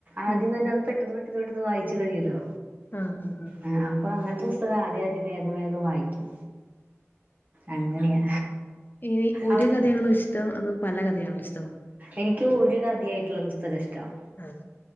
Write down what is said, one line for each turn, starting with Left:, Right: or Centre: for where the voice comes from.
Right: ആദ്യം
Left: ഉം
Right: തന്നെ അത് പെട്ടെന്ന് പെ ട്ടെന്ന് പെട്ടെന്ന് വായിച്ച് കയ്യൊല്ലോ.
Left: ആഹ് ആഹ് ആഹ്
Right: ആഹ് അപ്പൊ അങ്ങൻത്തെ പുസ്തകം ആദ്യം ആദ്യം വേഗം വേഗം വായിക്കും. അങ്ങനെയാ
Left: ഈ ഒരു
Right: അവിടെ
Left: കഥയാണോ ഇഷ്ടം അതോ പല കഥയാണോ ഇഷ്ടം?
Right: എനിക്ക് ഒരു കഥയായിട്ട്ള്ള പുസ്തകാഷ്ടം.
Left: ആഹ്